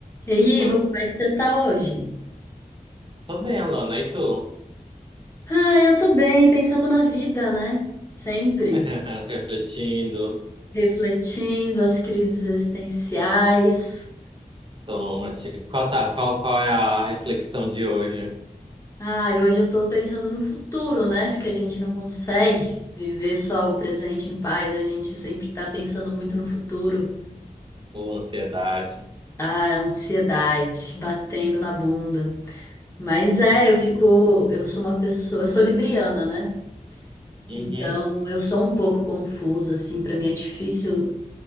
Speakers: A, on the left (about 20°); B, on the right (about 35°).
A: E aí,
B: Boa-
A: Ivo, como é que você tá hoje?
B: Tô bem, Alana. E tu?
A: Ah, eu tô bem, pensando na vida, né? Sempre.
B: <laughs> Refletindo.
A: Refletindo as crises existenciais.
B: Toma, te- qual, sa- qual, qual é a reflexão de hoje?
A: Ah, e hoje eu tô pensando no futuro, né? Porque a gente não consegue viver só o presente em paz, a gente sempre tá pensando muito no futuro.
B: Ou ansiedade?
A: Ah, a ansiedade batendo na bunda. Mas é,
B: <laughs>
A: eu fico, eu sou uma pessoa, eu sou libriana, né?
B: Uhum.
A: Então, eu sou um pouco confusa, assim, pra mim é difícil